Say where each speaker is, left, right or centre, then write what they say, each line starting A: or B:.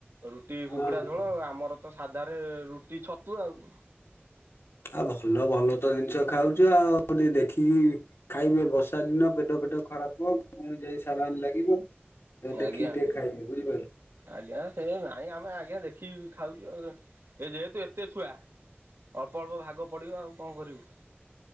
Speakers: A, on the right (about 75°); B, on the left (about 85°).
A: ରୁଟି
B: ହଁ,
A: କୁକୁଡ଼ା
B: ହଁ।
A: ଝୋଳ, ଆ ଆମର ତ ସାଧାରେ ରୁଟି ଛତୁ ଆଉ।
B: ଆ ଭଲ ଭଲ ତ ଜିନିଷ ଖାଉଛୁ ଆଉ, ଯି ଦେଖିକି ଖାଇବେ ବର୍ଷା ଦିନ ପେଟ ଫେଟ ଖରାପ, ପୁଣି ଯାଇକି ସାଲାଇନ ଲାଗିବ। ଦେଖିକି
A: ଆଜ୍ଞା ଆଜ୍ଞା
B: ଟିକେ ଖାଇବବେ ବୁଝିଲେ।
A: ଆଜ୍ଞା ସେ ନାଇଁ ଆମେ ଆଜ୍ଞା, ଦେଖିକି ଖାଉଛୁ ଆଉ। ଏ ଯେହେତୁ ଏତେ ଛୁଆ, ଅଳ୍ପ ଅଳ୍ପ ଭାଗ ପଡିବ ଆଉ କଣ କରିବୁ?